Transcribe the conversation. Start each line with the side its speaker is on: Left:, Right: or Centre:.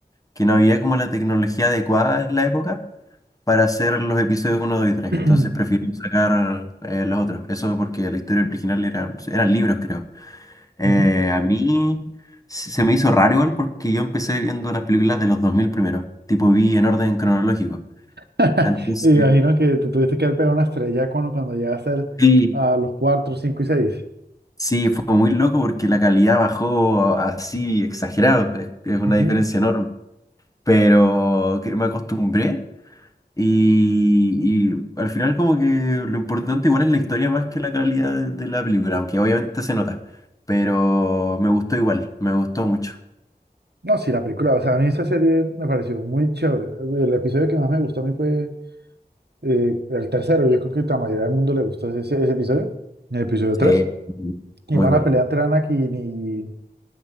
Left: que no había como la tecnología adecuada en la época para hacer los episodios uno dos y tres
Right: <clears throat>
Left: Entonces prefiero sacar eh, los otros. Eso porque la historia original era, eran libros, creo. Eh,
Right: Ujú.
Left: a mí se se me hizo raro igual porque yo empecé viendo las películas de los 2000 primero. Tipo, vi en orden cronológico.
Right: <laughs>
Left: Entonces,
Right: Y me Imagino que te tuviste que haber pegado una estrella cuando, cuando llegaste al-
Left: sí,
Right: a los 4 5 y seis
Left: sí, fue muy loco porque la calidad bajó así exagerado. Es, es una
Right: Ujú.
Left: diferencia enorme. Pero que me acostumbré Y, y al final como que lo importante igual es la historia más que la calidad de, de la película, aunque obviamente se nota, pero me gustó igual, me gustó mucho.
Right: No, sí, la película, o sea, a mí esa serie me pareció muy chévere. El episodio que más me gustó a mí fue Eh, el tercero, yo creo que la mayoría del mundo le gustó ese, ese episodio, el episodio
Left: Sí,
Right: tres Y
Left: muy
Right: van
Left: bueno.
Right: a pelear entre Anakin y...